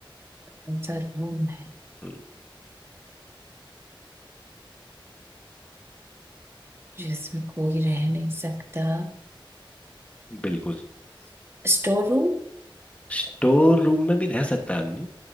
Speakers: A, on the right; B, on the left.
A: कौन सा रूम है
B: हम्म,
A: जिसमें कोई रह नहीं सकता
B: बिल्कुल
A: स्टोर रूम
B: स्टोर रूम में भी रह सकता है आदमी